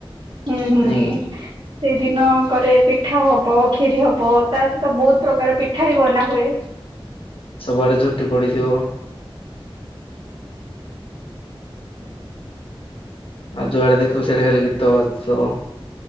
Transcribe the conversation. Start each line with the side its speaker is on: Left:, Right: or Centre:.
Right: ହୁଁ ହୁଁ
Left: ନାଇଁ
Right: ହୁଁ
Left: କି?
Right: ସେଇଦିନ କରେ ପିଠା ହବ ଖିରି ହବ ତା ତ ବହୁତ ପ୍ରକାର ପିଠା ବି ବନାହୁଏ।
Left: ସବୁ ଆଡେ ଝୋଟି ପଡିଥିବ। ଆଉ ଯୁଆଡେ ଦେଖିବୁ ସିଆଡେ ଖାଲି ଗୀତ ବଜୁଥିବ।